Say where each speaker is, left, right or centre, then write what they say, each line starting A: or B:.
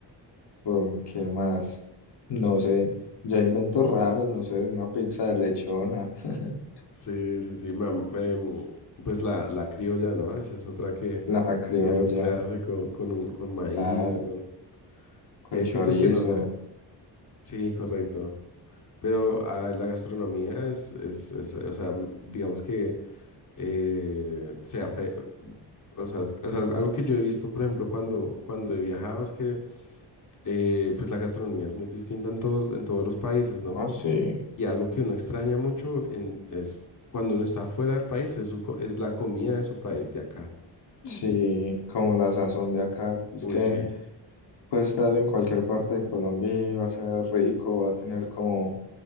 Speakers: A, on the left; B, on the left.
A: Um, ¿Qué más? No sé. Ya inventos raros, no sé, una pizza de lechona, <laughs>
B: Sí, sí, sí. mam, em, pues la, la criolla, ¿no? Esa es otra que,
A: la criolla.
B: que es un clásico con, un, con maíz,
A: Claro,
B: con...
A: con
B: Y hay
A: chorizo.
B: pizzas que no saben. Sí, correcto. Pero ah, la gastronomía es, es, es, o sea, digamos que... eh, sea fe- O sea, es- o sea, es algo que yo he visto, por ejemplo, cuando, cuando he viajado es que eh, pues la gastronomía es muy distinta en todos, en todos los países, ¿no?
A: Ah, sí.
B: Y algo que uno extraña mucho en- es cuando uno está fuera del país, es, su co- es la comida de su país, de acá.
A: Sí, como la sazón de acá, es
B: Uy,
A: que
B: sí.
A: puede estar en cualquier parte de Colombia y va a ser rico, va a tener como